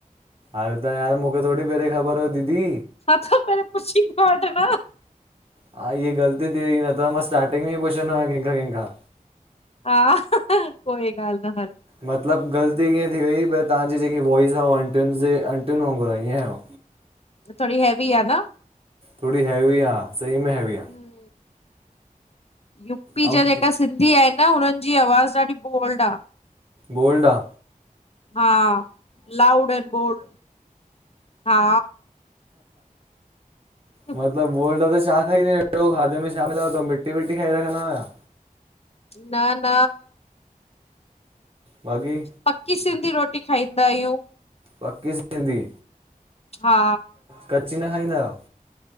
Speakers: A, on the right (about 40°); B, on the left (about 45°).
A: अरे त यार, मूंखे थोरी पेरे ख़बर हो दीदी।
B: अछा, पर पुछी त वठंदव।
A: हा, इहे ग़लती थी वई, न त मां स्टार्टिंग में ई पुछंदो खयां, केंखा- केंखा।
B: हा, कोई ॻाल न हल।
A: मतलब ग़लती कीअं थी वई, तव्हांजी जेकी वॉइस आ, उहा अंटियुन जे, अंटियुन वांगुर आ ईअं।
B: थोड़ी हैवी आ न।
A: थोड़ी हेवी आ, सही में हेवी
B: हम्म.
A: आ।
B: यूपी
A: ऐं
B: जा जेका सिं सिंधी आहे न, हुनन जी आवाज़ ॾाढी बोल्ड आ।
A: बोल्ड आ?
B: हा, लाउड एंड बोल्ड हा। न
A: मतलब बोल्ड आ त शा खाईंदा एड़ो खाधे में शा मिलायो तव? मिटी विटी खाई रखंदा आयो छा?
B: न न
A: बाक़ी।
B: पक्की सिंधी रोटी खाईंदा आहियूं।
A: पक्की सिंधी।
B: हा
A: कच्ची न खाईंदा आहियो?